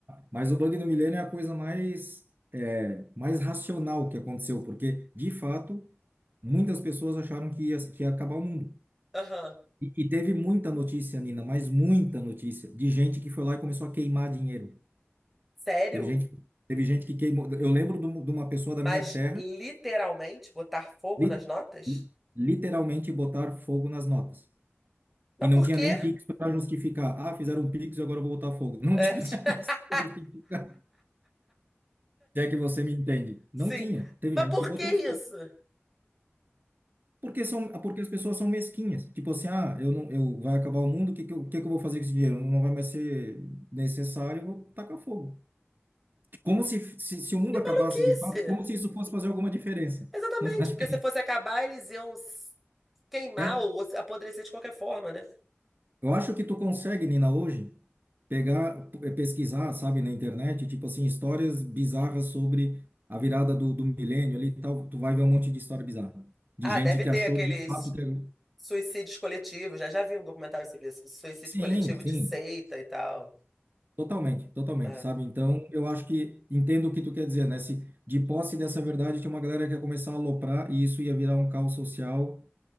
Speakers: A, on the right; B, in the centre.
A: Mas o bug do milênio é a coisa mais, é, mais racional que aconteceu, porque, de fato, muitas pessoas acharam que ia, que ia acabar o mundo.
B: Aham.
A: E, e teve muita notícia, Nina, mas muita notícia, de gente que foi lá e começou a queimar dinheiro.
B: Sério?
A: Teve gente, que- teve gente que queimou. Eu lembro de um- de uma pessoa
B: Mas
A: da minha terra,
B: literalmente botar fogo
A: li-
B: nas notas?
A: literalmente botar fogo nas notas.
B: Mas
A: E não
B: por
A: tinha
B: quê?
A: nem Pix para justificar. Ah, fizeram um Pix e agora eu vou botar fogo. Não
B: É,
A: tinha
B: <laughs>
A: <laughs> isso para justificar. Se é que você me entende. Não
B: sim.
A: tinha. Teve
B: Mas
A: gente
B: por
A: que botou
B: que isso?
A: fogo. Porque são, porque as pessoas são mesquinhas. Tipo assim, ah, eu não, eu vai acabar o mundo, o que que eu, o que que eu vou fazer com esse dinheiro? Não vai mais ser necessário, eu vou tacar fogo. Como se, se, se o mundo
B: Que maluquice!
A: acabasse de fato, como se isso fosse fazer alguma diferença.
B: Exatamente,
A: Não faz
B: porque
A: diferença.
B: se fosse acabar, eles iam s- queimar
A: é
B: ou se- apodrecer de qualquer forma, né?
A: Eu acho que tu consegue, Nina, hoje, pegar, eh, pesquisar, sabe, na internet, tipo assim, histórias bizarras sobre a virada do, do milênio ali e tal. Tu vai ver um monte de história bizarra. De
B: Ah,
A: gente
B: deve
A: que
B: ter
A: achou
B: aqueles
A: de fato que era...
B: suicídios coletivos, né? Já vi um documentário sobre isso, suicídio
A: Sim,
B: coletivo
A: sim,
B: de seita e tal.
A: totalmente, totalmente,
B: É,
A: sabe? Então, eu acho que entendo o que tu quer dizer, né? Se de posse dessa verdade tinha uma galera que ia começar a aloprar e isso ia virar um caos social